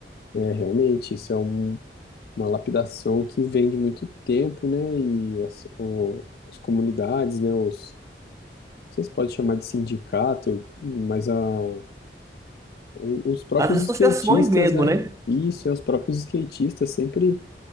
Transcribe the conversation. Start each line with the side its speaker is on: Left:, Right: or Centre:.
Left: é, realmente, isso é um- uma lapidação que vem de muito tempo, né? E as, o- as comunidades, né? Os, sei se pode chamar de sindicato, mas a, o- os próprios
Right: As associações
Left: skatistas,
Right: mesmo,
Left: né?
Right: né?
Left: Isso, é, os próprios skatistas sempre